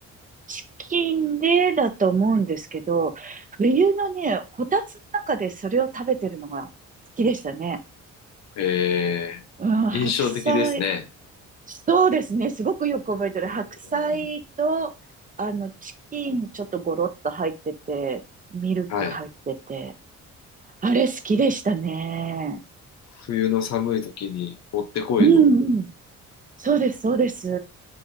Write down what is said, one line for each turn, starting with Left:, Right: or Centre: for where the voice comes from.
Right: チキンでだと思うんですけど、冬のね、こたつの中でそれを食べてるのが好きでしたね。
Left: えー、
Right: うん、白菜、
Left: 印象的ですね。
Right: そうですね、すごくよく覚えてる。
Left: うん、
Right: 白菜と、あの、チキンちょっとゴロッと入ってて、ミルク入ってて、
Left: はい。
Right: あれ好きでしたね。
Left: 冬の寒い時にもってこいの
Right: うんうん。そうです、そうです。